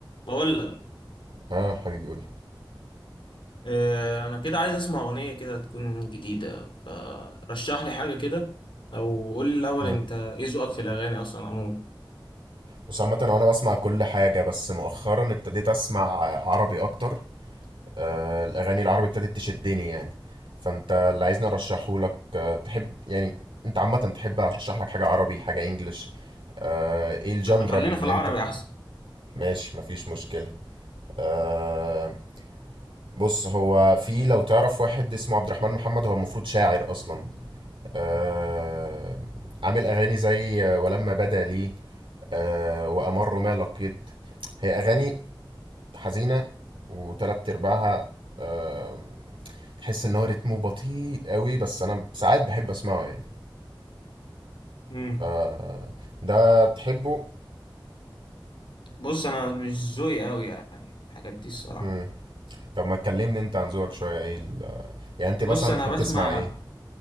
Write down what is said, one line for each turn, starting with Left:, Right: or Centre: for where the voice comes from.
Left: بقول لك
Right: اه حبيبي قولي
Left: آه، انا كده عايز اسمع اغنيه كده تكون جديده فرشح لي حاجه كده او قول لي الاول
Right: مم.
Left: انت ايه ذوقك في الاغاني اصلا عموما
Right: بص عامة هو انا بسمع كل حاجة بس مؤخرا ابتديت اسمع عربي اكتر آه الاغاني العربي ابتدت تشدني يعني فانت اللي عايزني ارشحه لك آه تحب يعني انت عامة تحب ارشح لك حاجة عربي حاجة انجلش آه ايه الجنرا
Left: لا، خلينا
Right: اللي
Left: في العربي
Right: انت تحبها
Left: احسن
Right: ماشي مفيش مشكلة آه بص هو في لو تعرف واحد اسمه عبد الرحمن محمد هو المفروض شاعر اصلا آه عامل اغاني زي ولما بدا لي آه وأمر ما لقيت هي أغاني حزينة وتلات أرباعها آه، تحس إن هو رتمه بطيء قوي بس أنا ساعات بحب أسمعه يعني
Left: امم
Right: ف ده تحبه
Left: بص انا مش ذوقي قوي يعني الحاجات دي الصراحه
Right: مم. طب ما تكلمني أنت عن ذوقك شوية إيه ال... يعني أنت
Left: بص
Right: مثلا
Left: انا
Right: بتحب
Left: بسمع
Right: تسمع إيه؟